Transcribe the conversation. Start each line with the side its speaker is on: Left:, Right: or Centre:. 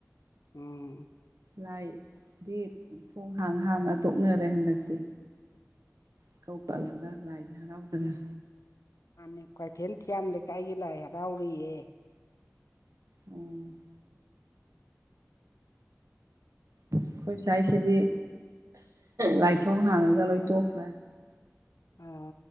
Left: ꯎꯝ
Right: ꯂꯥꯏꯗꯤ ꯊꯣꯡ ꯍꯥꯡ ꯍꯥꯡꯉ ꯇꯣꯛꯅꯔꯦ ꯍꯟꯗꯛꯇꯤ ꯏꯀꯧ ꯀꯠꯂꯒ ꯂꯥꯏꯗꯤ ꯍꯔꯥꯎꯗ꯭ꯔꯦ
Left: ꯃꯥꯥꯟꯅꯦ ꯀ꯭ꯋꯥꯛꯀꯩꯊꯦꯜ ꯊꯤꯌꯥꯝ ꯂꯩꯀꯥꯏꯒꯤ ꯂꯥꯏ ꯍꯔꯥꯎꯔꯤꯌꯦ
Right: ꯎꯝ ꯑꯩꯈꯣꯏ ꯁ꯭ꯋꯥꯏꯁꯤꯗꯤ ꯂꯥꯏ ꯊꯣꯡ ꯍꯥꯡꯉꯒ ꯂꯣꯏ ꯇꯣꯛꯈ꯭ꯔꯦ
Left: ꯑ